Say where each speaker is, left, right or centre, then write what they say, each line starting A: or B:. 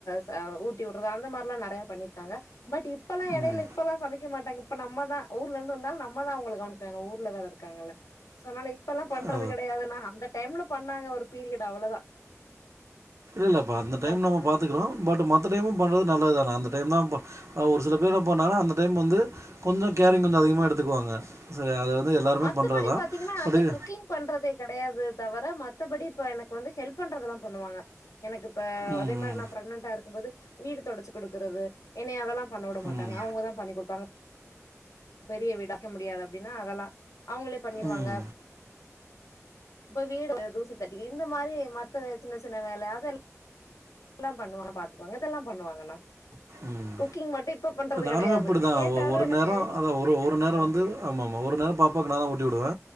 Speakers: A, on the left (about 75°); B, on the right (about 60°).
A: ச ஊட்டி உட்றது அந்த மார்லா நெறையா பண்ணிருக்காங்க பட் இப்பெல்லா எடைல
B: ம்
A: இப்பல்லா சமைக்க மாட்டாங்க இப்ப நம்ம தா ஊர்ல இருந்து வந்தாலு நம்ம தா அவுங்கள கவனுச்சிக்கனு ஏனா ஊர்ல வேற இருக்காங்கல்ல சோ அனால இப்பல்லா பண்றது
B: ஆ
A: கெடையாதுனா அந்த டைம்ல பண்ணாங்க ஒரு பீரியட் அவ்ளோ தா
B: இல்லப்பா அந்த டைம் நம்ம
A: பண்றது
B: பாத்துக்கிறோ பட் மத்த டைமு பண்றது நல்லத்தான அந்த டைம் தா ப அ ஒரு சில பேரு பண்ணாங்கனா அந்த டைம் வந்து கொஞ்சோ கேரிங் கொஞ்சோ அதிகமா எடுத்துக்குவாங்க ச அது வந்து எல்லாருமே
A: மத்தபடி
B: பண்றதுதா
A: பாத்தீங்கனா
B: பட்
A: அந்த
B: இது
A: குக்கிங் பண்றதே கெடையாது தவர மத்தபடி இப்ப எனக்கு வந்து ஹெல்ப் பண்றதெல்லா பண்ணுவாங்க எனக்கிப்ப
B: ம்
A: அதே
B: ம்
A: மாரி நா ப்ரெக்னன்டா இருக்கும்போது வீடு தொடச்சி குடுக்கறது என்னை அதலா பண்ண விட மாட்டாங்க
B: ம்
A: அவங்கதா பண்ணி குடுப்பாங்க பெரிய வீடு <inaudible> முடியாது அப்டின்னா அதலா அவுங்களே பண்ணிருவாங்க
B: ம்
A: இப்ப வீடு தூசி தட்டிகி இந்த மாரி மத்த சின்ன சின்ன வேல அதெல் லா பண்ணுவாங்க பாத்துக்குவாங்க இதெல்லா பண்ணுவாங்கனா
B: ம்
A: குக்கிங் மட்டு இப்ப பண்றது
B: நானுமே
A: கெடையாது
B: அப்டிதா
A: கேட்டாலு
B: ஒ ஒரு
A: எனக்கு
B: நேரோ
A: தெரி
B: அதா ஒரு ஒரு நேரோ
A: ஆ
B: வந்து ஆமாமா ஒரு நேரோ பாப்பாக்கு நாதா ஊட்டிவுடுவே